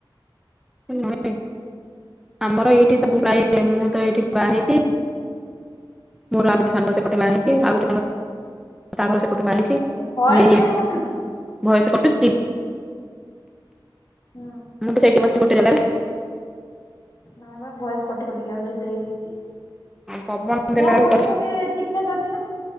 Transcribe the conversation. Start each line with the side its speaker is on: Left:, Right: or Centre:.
Centre: ନହ ଆମର ଏଇଠି ସବୁ ଗ ମୁଁ ତ ଏଇଠି ବା ହେଇଛି <unintelligible> ମୋ ଆଉ ଗୋଟ ସାଙ୍ଗ ସେ ପଟେ ବାହା ହେଇଛି ‌। ଆଉ ଗୋଟ ସାଙ୍ଗ ତା ଘର ସେପଟୁ ବାହାହେଇଛି,
Left: ତୋ ଭଏସ
Centre: ଇଏଇ
Left: କାହିଁ କଟୁଛି?
Centre: ଘୟସେ କଟୁଚି
Left: ହୁଁ।
Centre: ହଁ ତ ସେଠି ବସି ଉଠେଇ ଦେଲା <inaudible>
Left: ନା ବା ବୟସ କଟି କଟିକେ ଆଉ ଯୁଦ୍ଧ ହେଇ କହୁଛି,
Centre: ପବନ ଦେଲା
Left: ମୋ ବୟସ
Centre: ବେଳକୁ
Left: ଏ ଠିକ ସେ ଧରିଥିଲା।